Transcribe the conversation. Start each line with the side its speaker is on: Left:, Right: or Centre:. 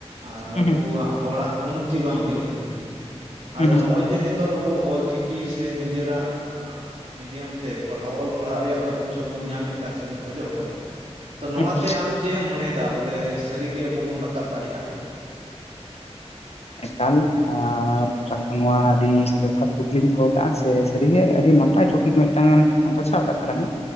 Right: ᱟᱨ
Left: ᱦᱩᱸ
Right: ᱟᱵᱚᱣᱟᱜ
Left: ᱦᱩᱸ
Right: ᱦᱚᱲᱟᱜ ᱩᱱᱱᱚᱛᱤ ᱵᱟᱝ ᱦᱩᱭᱩᱜ ᱠᱟᱱᱟ᱾
Left: ᱦᱩᱸ
Right: ᱟᱫᱚ
Left: ᱦᱩᱸ
Right: ᱱᱚᱜᱼᱚᱭ ᱡᱮ ᱱᱤᱛᱚᱜ ᱟᱵᱚ ᱚᱞ ᱪᱤᱠᱤ ᱥᱮ ᱱᱤᱡᱮᱨᱟᱜ ᱢᱤᱰᱤᱭᱟᱢ ᱛᱮ ᱯᱟᱲᱦᱟᱣ ᱚᱞ ᱯᱟᱲᱦᱟᱜ ᱨᱮᱭᱟᱜ ᱟᱹᱛ ᱚᱯᱥᱚᱨ ᱵᱚᱱ ᱧᱟᱢᱮᱫ ᱠᱟᱱ, ᱥᱮᱵᱚᱱ ᱠᱷᱚᱡᱚᱜ ᱠᱟᱱ, ᱛᱚ ᱱᱚᱣᱟᱛᱮ
Left: ᱦᱩᱸ ᱦᱩᱸ
Right: ᱟᱢ ᱪᱮᱫ ᱮᱢ ᱢᱚᱱᱮᱭᱮᱼᱫᱟ ᱾ ᱵᱚᱞᱮ ᱥᱟᱹᱨᱤᱜᱮ ᱟᱵᱚ ᱵᱚᱱ ᱨᱟᱠᱟᱵ ᱫᱟᱲᱮᱭᱟᱜᱼᱟ?
Left: ᱮᱠᱟᱞ ᱟ, ᱱᱚᱣᱟ ᱟᱹᱰᱤ ᱡᱚᱛᱷᱟᱛ ᱠᱩᱠᱞᱤᱢ ᱫᱚᱦᱚ ᱠᱟᱜᱼᱟ ᱥᱮ ᱥᱟᱹᱨᱤᱜᱮ ᱟᱹᱰᱤ ᱱᱟᱯᱟᱭ ᱴᱚᱯᱤᱠ ᱢᱤᱫᱴᱟᱝ ᱮᱢ ᱵᱟᱪᱷᱟᱣ ᱠᱟᱫ ᱛᱟᱞᱟᱝᱟᱸ